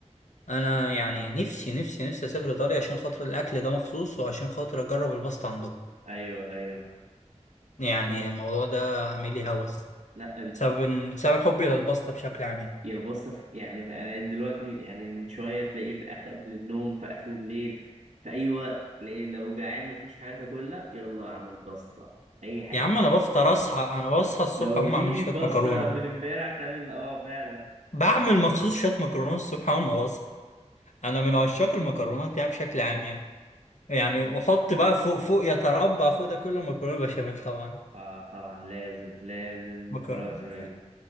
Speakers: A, on the left; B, on the right.
A: انا يعني نفسي نفسي نفسي اسافر ايطاليا عشان خاطر الاكل ده مخصوص وعشان خاطر اجرب الباستا عندهم
B: أيوه أيوه
A: يعني
B: و...
A: الموضوع ده عامل لي هوس
B: لا
A: بسبب بسبب حبي للباستا بشكل عام يعني
B: يا الباستا في- يعني انا دلوقتي يعني من شويه تلاقيه في آخر قبل النوم في اخر الليل في اي وقت تلاقيه لو جعان مفيش حاجه تاكلها يلا اعمل باستا اي حاجه
A: يا عم انا بفطر اصحى انا بصحى الصبح
B: لو
A: اقوم
B: في
A: اعمل لي شويه
B: باستا
A: مكرونه
B: من امبارح تعمل اه فعلا
A: بعمل مخصوص شويه مكرونه الصبح اول ما بصحى انا من عشاق المكرونات يعني بشكل عام يعني يعني
B: يعني
A: واحط بقى فوق فوق يتربع فوق ده كله مكرونه بشاميل طبعا
B: اه طبعا لازم لازم
A: مكرونه
B: مكرونه بشاميل